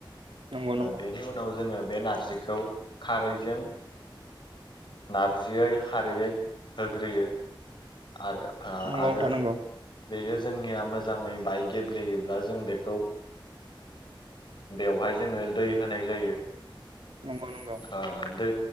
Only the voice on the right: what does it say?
नंगौ नोंथां नंगौ नंगौ
नंगौ
नोंथां नंगौ
नंगौ नंगौ